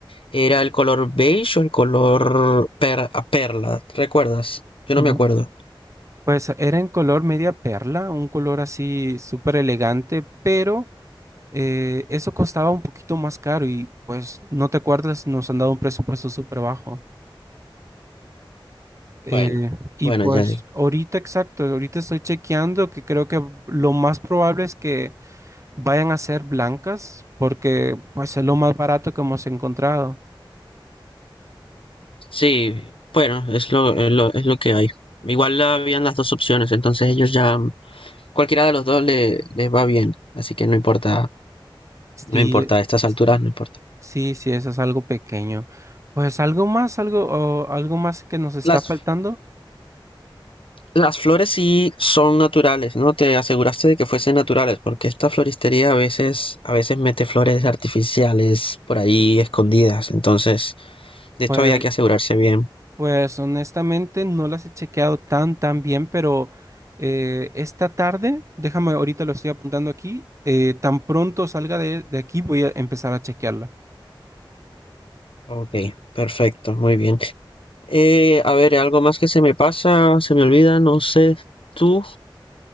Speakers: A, on the left; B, on the right.
A: ¿era el color beige o el color per- a perla? ¿Recuerdas? Yo
B: Mm.
A: no me acuerdo.
B: Pues era en color media perla, un color así súper elegante, pero eh, eso costaba un poquito más caro y pues no te acuerdas, nos han dado un presupuesto súper bajo. Eh,
A: Bueno,
B: y
A: bueno,
B: pues
A: ya. di-
B: ahorita exacto, ahorita estoy chequeando que creo que lo más probable es que vayan a ser blancas porque pues es lo más barato que hemos encontrado.
A: Sí, bueno, es lo, es lo, es lo que hay. Igual habían las dos opciones, entonces ellos ya, cualquiera de los dos le, les va bien, así que no importa, no
B: Sí,
A: importa,
B: eh,
A: a estas alturas
B: sí,
A: no importa.
B: sí, sí, eso es algo pequeño. Pues algo más, algo, o algo más que nos está
A: Las
B: faltando.
A: Las flores sí son naturales, ¿no? Te aseguraste de que fuesen naturales, porque esta floristería a veces, a veces mete flores artificiales por ahí escondidas. Entonces, de
B: Pues,
A: esto había que asegurarse bien.
B: pues honestamente no las he chequeado tan, tan bien, pero eh, esta tarde, déjame, ahorita lo estoy apuntando aquí, eh, tan pronto salga de, de aquí voy a empezar a chequearla.
A: Ok, perfecto, muy bien. Eh, a ver, algo más que se me pasa, se me olvida, no sé. ¿Tú?